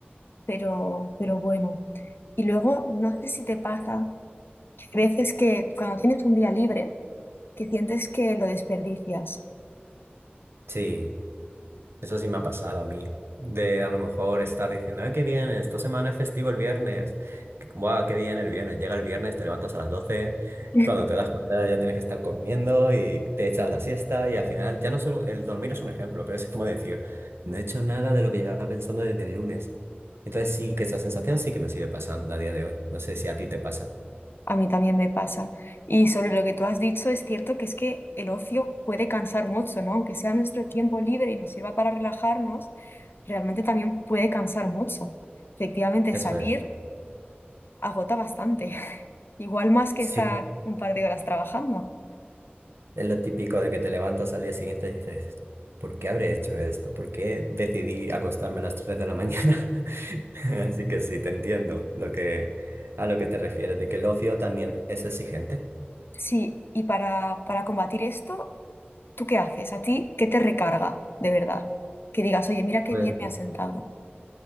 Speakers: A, on the left; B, on the right.
A: pero, pero bueno. Y luego, no sé si te pasa que hay veces que cuando tienes un día libre, que sientes que lo desperdicias.
B: Sí, eso sí me ha pasado a mí. De a lo mejor estar diciendo, ¡ay, qué bien! Esta semana es festivo el viernes. ¡Guau, qué bien el viernes! Llega el viernes, te levantas a las doce
A: <laughs>
B: Cuando te das cuenta ya tienes que estar comiendo y te echas la siesta. Y al final, ya no solo el dormir es un ejemplo, pero es como decir, no he hecho nada de lo que llevaba pensando desde el lunes. Entonces sí que esa sensación sí que me sigue pasando a día de hoy. No sé si a ti te pasa.
A: A mí también me pasa. Y sobre lo que tú has dicho, es cierto que es que el ocio puede cansar mucho, ¿no? Aunque sea nuestro tiempo libre y nos sirva para relajarnos, realmente también puede cansar mucho. Efectivamente,
B: Eso
A: salir
B: es.
A: agota bastante, <laughs> igual más que
B: Sí,
A: estar un par de horas trabajando.
B: es lo típico de que te levantas al día siguiente y dices, ¿por qué habré hecho esto? ¿Por qué decidí acostarme a las 3 de la mañana? <laughs> Así que sí, te entiendo lo que, a lo que te refieres, de que el ocio también es exigente.
A: Sí, y para, para combatir esto, ¿tú qué haces? ¿A ti qué te recarga de verdad? Que digas, oye, mira qué
B: Pues,
A: bien me ha sentado.